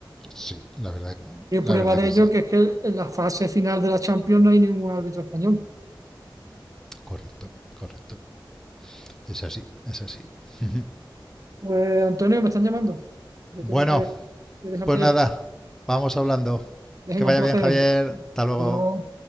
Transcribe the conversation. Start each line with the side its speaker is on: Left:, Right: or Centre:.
Centre: Sí, la verdad,
Right: Y
Centre: la
Right: prueba
Centre: verdad
Right: de
Centre: que
Right: ello
Centre: sí.
Right: que es que en la fase final de la Champions no hay ningún árbitro español.
Centre: Correcto, correcto. Es así, es así. <laughs>
Right: Pues Antonio, me están llamando. Yo
Centre: Bueno,
Right: tenía que, que dejarte
Centre: Pues nada,
Right: ya.
Centre: vamos hablando.
Right: Dejen
Centre: Que vaya
Right: un placer.
Centre: bien, Javier. Hasta luego.
Right: Hasta luego.